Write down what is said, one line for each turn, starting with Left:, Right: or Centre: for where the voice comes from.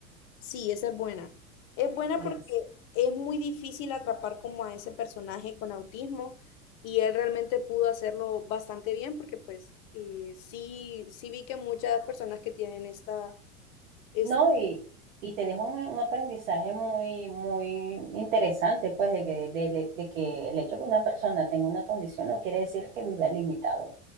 Left: Sí, esa es buena. Es buena
Right: Es-
Left: porque es muy difícil atrapar como a ese personaje con autismo y él realmente pudo hacerlo bastante bien porque pues eh, sí, sí vi que muchas personas que tienen esta, esta
Right: no, y, y te dejo un, un aprendizaje muy, muy interesante, pues, de que, de, de que el hecho de que una persona tenga una condición no quiere decir que viva limitado.